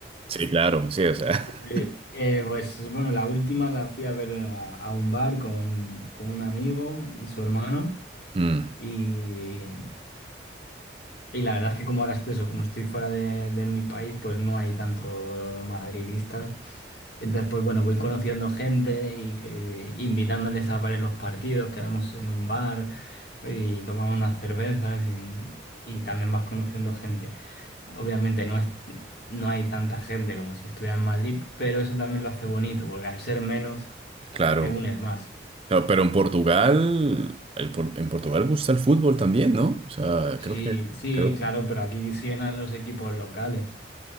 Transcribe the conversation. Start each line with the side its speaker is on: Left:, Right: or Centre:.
Right: Sí, claro, sí, o sea,
Left: <laughs> eh, eh, pues bueno, la última la fui a ver a, a un bar con, con un amigo y su hermano
Right: <laughs> mm,
Left: y, y la verdad es que como ahora estoy eso, como estoy fuera de, de mi país, pues no hay tanto madridistas entonces, pues bueno, voy conociendo gente y que- invitándoles a varios los partidos, quedamos en un bar y tomamos unas cervezas y, y también vas conociendo gente. Obviamente no es, no hay tanta gente como si estuviera en Madrid, pero eso también lo hace bonito, porque al ser menos
Right: claro.
Left: te unes más.
Right: No, Pero en Portugal, el por- en Portugal gusta el fútbol también, ¿no? O sea,
Left: Sí,
Right: creo que,
Left: sí,
Right: creo,
Left: claro, pero aquí siguen a los equipos locales.